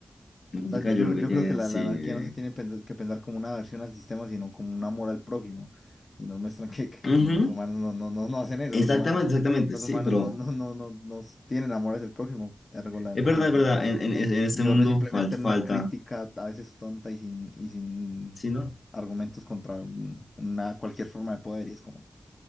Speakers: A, on the left; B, on the left.
A: muy complicada,
B: O sea, yo,
A: yo lo que
B: yo
A: tiene,
B: creo que la,
A: sí.
B: la anarquía
A: eh.
B: no se tiene pens- que pensar como una aversión al sistema, sino como un amor al prójimo. Y nos muestran que, que
A: Ujú.
B: los humanos no, no, no, no hacen eso,
A: Exactamente,
B: los humanos,
A: exactamente,
B: los
A: sí,
B: humanos
A: pero
B: no, no, no, no, no tienen amor hacia el prójimo, ergo la anarquía
A: es verdad,
B: no
A: es
B: funciona.
A: verdad, en, en, en este
B: Y se
A: mundo
B: vuelve simplemente
A: falta,
B: una
A: falta,
B: crítica a veces tonta y sin, y sin
A: sí, ¿no?
B: argumentos contra un- una, cualquier forma de poder. Y es como,